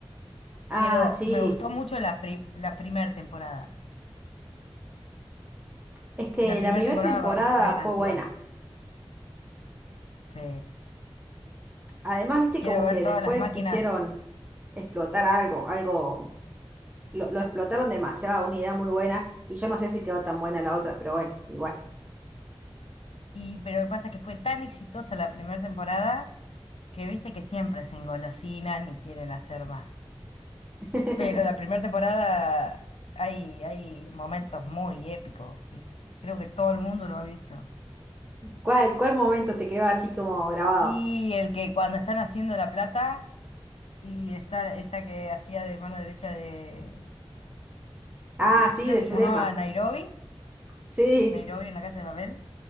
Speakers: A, on the right; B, on the left.
A: Ah,
B: Pero
A: sí,
B: me gustó mucho la, pri- la primera temporada.
A: es que
B: La primera
A: la primera
B: temporada
A: temporada
B: para mí fue grandiosa.
A: fue buena.
B: Sí,
A: Además, viste
B: quiero
A: como
B: ver
A: que
B: todas
A: después
B: las máquinas.
A: quisieron explotar algo, algo, lo, lo explotaron demasiado, una idea muy buena, y yo no sé si quedó tan buena la otra, pero bueno, igual.
B: Y, pero lo que pasa es que fue tan exitosa la primera temporada que viste que siempre se engolosinan y quieren hacer más.
A: <laughs>
B: Pero la primera temporada hay, hay momentos muy épicos, que creo que todo el mundo lo ha visto.
A: ¿Cuál, cuál momento te quedó así como grabado?
B: Y el que cuando están haciendo la plata, y está esta que hacía de mano derecha de,
A: Ah,
B: de-
A: sí,
B: creo
A: de
B: que
A: Zulema.
B: se llamaba Nairobi,
A: Sí.
B: Nairobi en la casa de papel,